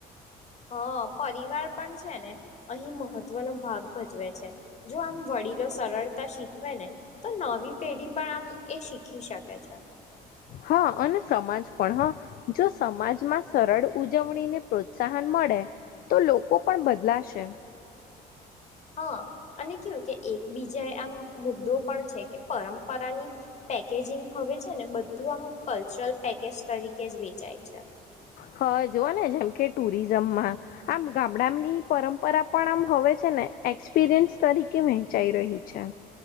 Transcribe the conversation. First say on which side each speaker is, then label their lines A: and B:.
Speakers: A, on the left; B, on the left.
A: હ પરીવાર પણ છે ને, અહીં મહત્વનો ભાગ ભજવે છે જો આમ વડીલો સરળતા શીખવે. તો નવી પેઢી પણ આમ એ શીખી શકે છે.
B: હા અને સમાજ પણ હા, જો સમાજમાં સરળ ઉજવણી ને પ્રોત્સાહન મળે. મળે, તો લોકો પણ બદલાશે.
A: હા અને કેવું કે એકબીજા આમ મુદ્દો પણ છે કે પરંપરાની પેકેજિંગ હવે છે ને બધું આમુક કલ્ચરલ પેકેજ તરીકે જ વેચાય છે.
B: હા જૂઓ ને જેમ કે ટુરિઝમમાં, આમ ગામડાની પરંપરા પણ આમ હવે છે એક્સપિરિયન્સ તરીકે વહેંચાઈ રહી છે.